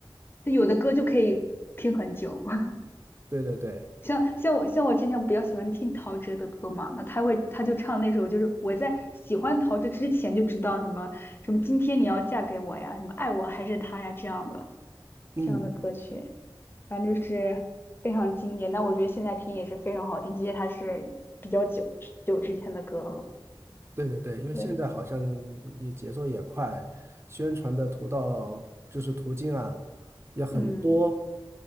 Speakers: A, on the left (about 25°); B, on the right (about 30°).
A: 有的歌就可以听很久。<laughs>
B: 对对对，
A: 像像我像我之前比较喜欢听陶喆的歌嘛，那他会他就唱那首，就是我在喜欢陶喆之前就知道什么什么今天你要嫁给我呀，什么爱我还是他呀这样的
B: 嗯。
A: 这样的歌曲，反正就是非常经典。那我觉得现在听也是非常好听，即使它是比较久久之前的歌了。
B: 对对对，因为现在好像
A: 对，
B: 你节奏也快，宣传的途道就是途径啊也很多，
A: 嗯，